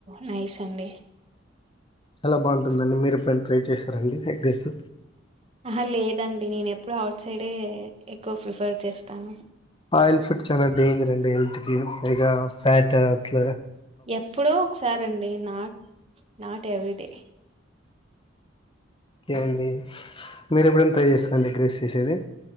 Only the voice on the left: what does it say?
చాలా బావుంటుందండి మీరు ఎప్పుడనా ట్రై చేశారండి ఎగ్ రైస్?
ఆయిల్ ఫుడ్ చాలా డేంజర్ అండి హెల్త్ కి పైగా ఫ్యాట్ అట్ల
ఏవండీ మీరు ఎప్పుడైనా ట్రై చేస్తా అండి ఎగ్ రైస్ చేసేది?